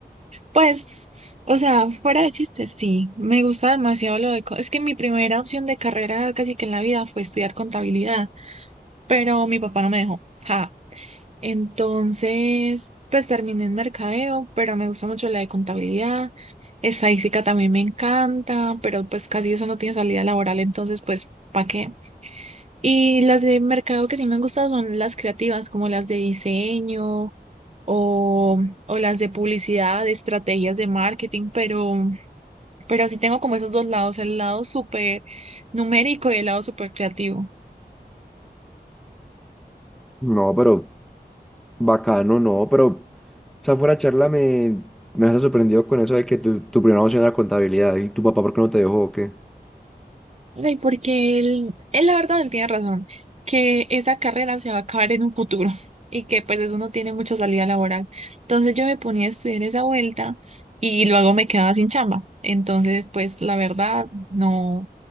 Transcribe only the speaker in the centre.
No, pero bacano, no, pero, o sea, fuera de charla me, me has sorprendido con eso de que tu, tu primera opción era contabilidad y tu papá, ¿por qué no te dejó o qué?